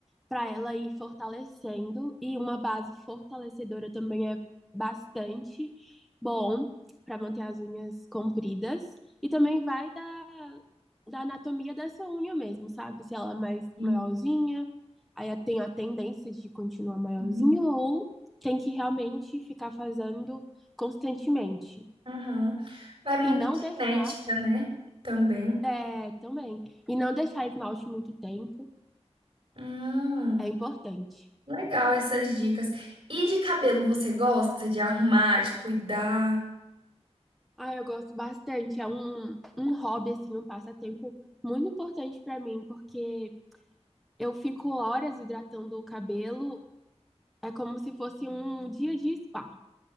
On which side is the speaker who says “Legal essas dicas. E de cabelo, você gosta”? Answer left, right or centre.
Right